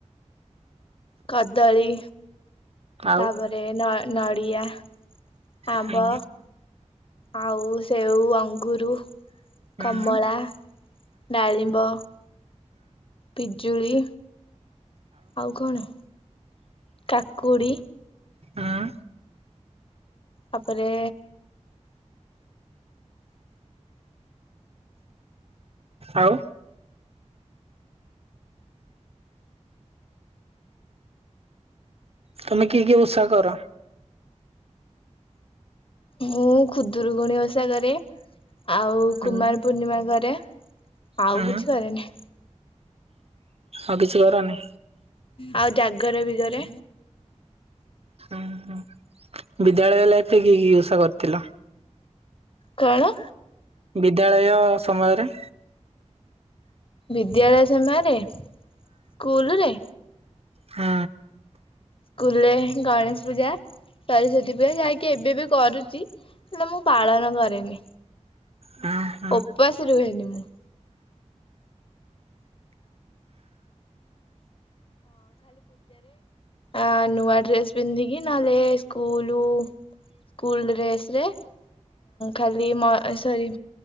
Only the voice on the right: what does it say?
ଆଉ
ହୁଁ
ହୁଁ
ହୁଁ
ହୁଁ।
ଆଉ ତମେ କିଏ କିଏ ଓଷା କର?
ହୁଁ
ହୁଁ
ଆଉ କିଛି କରନି?
ହୁଁ ହୁଁ ବିଦ୍ୟାଳୟ ଲାଇଫରେ କି କି ଓଷା କରିଥିଲ।
ବିଦ୍ୟାଳୟ ସମୟରେ?
ହଁ।
ହୁଁ ହୁଁ